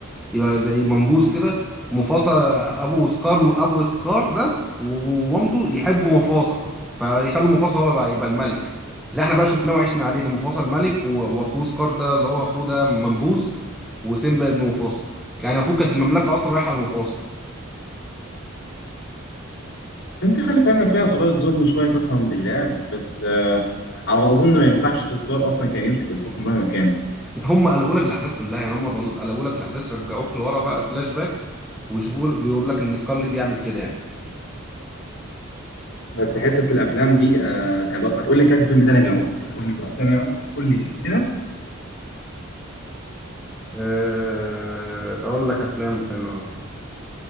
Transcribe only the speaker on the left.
بس انت خلي في علمك فيها شوية ظلم شوية قسما بالله بس آه على ما اظن ما ينفعش اسكار اصلا كان يمسك الحكم مهما كان
بس حتة الافلام دي آه يعني ما تقول لي كده في فيلم تاني غيره ما تقول لي ثانية واحدة. قول لي كده